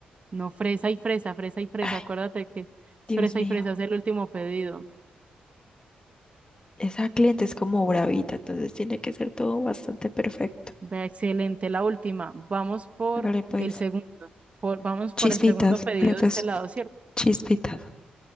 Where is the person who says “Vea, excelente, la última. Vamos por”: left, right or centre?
Right